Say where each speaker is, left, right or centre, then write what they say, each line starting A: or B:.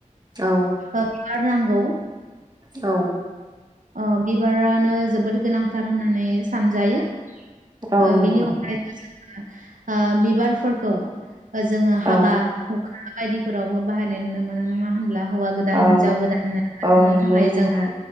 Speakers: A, on the right; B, on the right.
A: औ
B: ओब बार नांगौ।
A: औ
B: ओ बिबारानो जोबोद गोनांथार होननानै सानजायो।
A: औ
B: ओ
A: नंगौ
B: बेनि अनगायैबो जों ओ बिबारफोरखौ जोङो हाबा
A: औ
B: हुखा बायदिफोरावबो बाहायनाय नुनो मोना नङा नङा होमब्ला हौवा गोदान
A: औ
B: हिनजाव गोदान
A: औ
B: थानो
A: नंगौ
B: थाखाय
A: नोंथां
B: जोङो